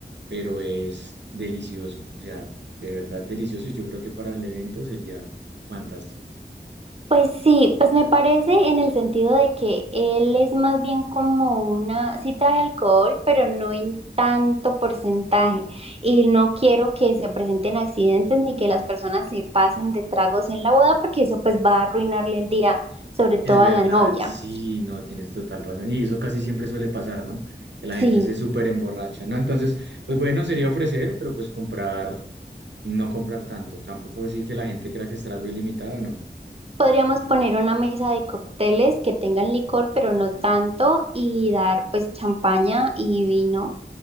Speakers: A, on the right; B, on the right.
A: pero es delicioso, o sea, de verdad delicioso y yo creo que para el evento sería fantástico.
B: Pues sí, pues me parece en el sentido de que él es más bien como una, sí trae alcohol, pero no en tanto porcentaje. Y no quiero que se presenten accidentes ni que las personas se pasen de tragos en la boda, porque eso pues va a arruinarle el día, sobre todo
A: Es verdad,
B: a la novia.
A: sí, no, tienes total razón. Y eso casi siempre suele pasar, ¿no? Que la
B: Sí,
A: gente se súper emborracha, ¿no? Entonces, pues bueno, sería ofrecer, pero pues comprar. no comprar tanto, tampoco así que la gente crea que es trago ilimitado, no.
B: podríamos poner una mesa de cócteles que tengan licor, pero no tanto, y dar pues champaña y vino